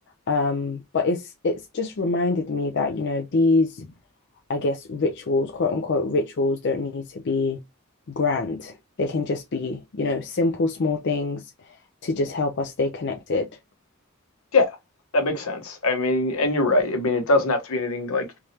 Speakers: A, on the left; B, on the left.
A: Um, but it's it's just reminded me that, you know, these I guess rituals, quote unquote rituals, don't need to be grand. They can just be, you know, simple, small things to just help us stay connected.
B: yeah that makes sense i mean and you're right i mean it doesn't have to be anything like